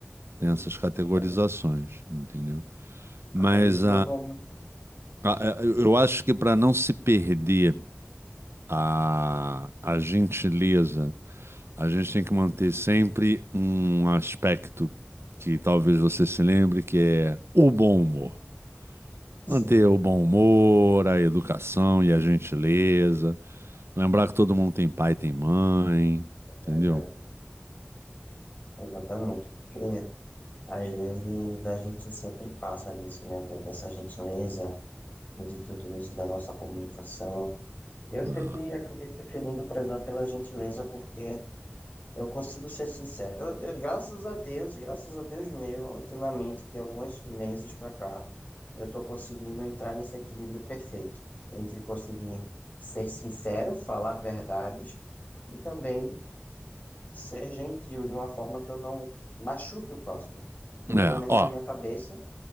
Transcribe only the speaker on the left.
sim,
exatamente.
Aí normalmente,
sim,
é verdade, exatamente, porque às vezes a gente sempre passa nisso, né, da- dessa gentileza e de tudo isso, da nossa comunicação. Eu sempre
acabei preferindo prezar pela gentileza porque eu consigo ser sincero. Eu, eu, graças a Deus, graças a Deus mesmo, ultimamente, tem alguns meses pra cá, eu tô conseguindo entrar nesse equilíbrio perfeito entre conseguir ser sincero, falar verdades e também ser gentil de uma forma que eu não machuque o próximo. Porque
pelo menos
na minha cabeça,